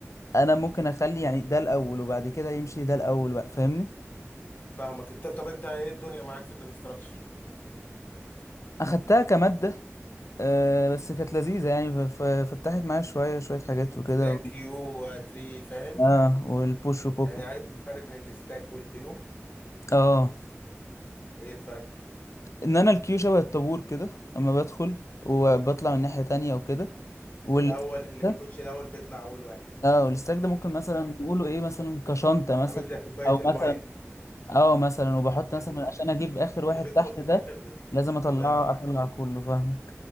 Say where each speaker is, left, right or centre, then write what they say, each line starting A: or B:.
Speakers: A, on the left; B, on the left.
A: انا ممكن اخلي يعني ده الاول وبعد كده يمشي ده الاول بقى فاهمني
B: فاهمك انت طب انت ايه الدنيا معاك في الداتا ستراكشر
A: اخدتها كمادة أه بس كانت لذيذة يعني ف- ف- فتحت معايا شوية شوية حاجات وكده
B: ستاك
A: و-
B: كيو تري فاهم
A: اه والبوش وبوب
B: يعني عارف الفرق بين الستاك والكيو
A: اه
B: ايه الفرق
A: ان انا الكيو شبه الطابور كده اما بدخل وبطلع من ناحية تانية وكده والستاك
B: الاول اللي
A: ده
B: بيخش الاول بيطلع اول واحد
A: اه والستاك ده ممكن مثلا
B: صح
A: نقوله ايه مثلا كشنطة مثلا
B: عامل زي كوبايه
A: او
B: الميه
A: مثلا اه مثلا وبحط
B: كوبايه
A: مثلا
B: الميه
A: عشان اجيب اخر واحد
B: اللي بيدخل
A: تحت
B: في
A: ده
B: الاخر بيطلع
A: لازم اطلعه
B: الله ينور
A: اطلع
B: عليك
A: كله فاهم